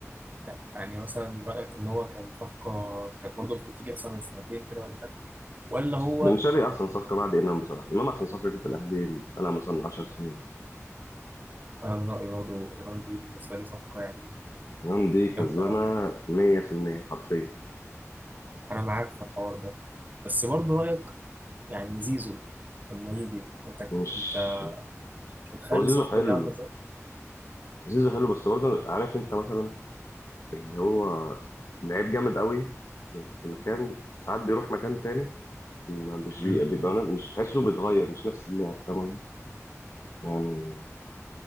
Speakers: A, on the right (about 30°); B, on the left (about 60°).
A: لا يعني مثلا رأيك إن هو كان صفقة كانت برضه المفروض تيجي مثلا من سنتين كده ولا حاجة ولا هو
B: بن شرقي احسن صفقه بعد امام بصراحه امام احسن صفقه جت الاهلي انا مثلا 10 سنين
A: أنا من رأيي برضه إيران دي بالنسبة لي صفقة يعني
B: امام دي
A: جامدة
B: كسبانه
A: أوي
B: 100% حرفيا
A: أنا معاك في الحوار ده بس برضه رأيك يعني زيزو لما يجي أنت
B: مش
A: أنت مش متخيل
B: هو زيزو
A: الصفقة
B: حلو
A: دي عاملة إزاي؟
B: زيزو حلو بس برضه عارف انت مثلا اللي هو لعيب جامد قوي في في مكان ساعات بيروح مكان تاني ما مش
A: مم.
B: بي- بيبقى مش تحسه بيتغير مش نفس اللاعب تمام يعني